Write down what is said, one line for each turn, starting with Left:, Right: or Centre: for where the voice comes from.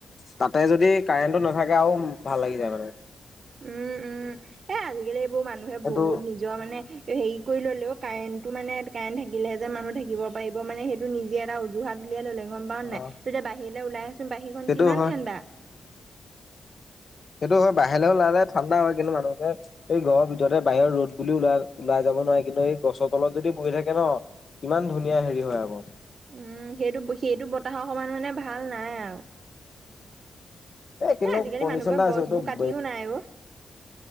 Left: তাতে যদি কাৰেণ্টটো নাথাকে আৰু ভাল লাগি যায় মানে
Right: উম উম এ আজিকালি এইবোৰ মানুহে
Left: সেইটো
Right: বহুত নিজৰ মানে হেৰি কৰি ললেও কাৰেণ্টটো মানে কাৰেণ্ট থাকিলেহে যে মানুহ থাকিব পাৰিব মানে সেইটো নিজে এটা অজুহাত উলিয়াই ললে গম পাও
Left: অ'
Right: নাই তেতিয়া বাহিৰলৈ ওলাই আছোন বাহীৰখন
Left: সেইটো
Right: কিমান
Left: হয়
Right: ঠাণ্ডা
Left: সেইটো হয় বাহিৰলৈওলালে ঠাণ্ডা হয় কিন্তু মানুহে এই ঘৰৰ ভৰতে বাহিৰৰ ৰ'দ বুলিও ওলাই ওলাই যাব নোৱাৰি কিন্তু এই গছৰ তলত যদি বহি থাকে ন কিমান ধুনীয়া হেৰি হয় আকৌ
Right: উম সেইটো সেইটো বতাহৰ সমান ভাল নাই আৰু
Left: কিন্তু
Right: এ আজিকালি
Left: কণ্ডিচন
Right: মানুহবোৰক
Left: এটা আছে
Right: গছবোৰ কাটিও নাই অ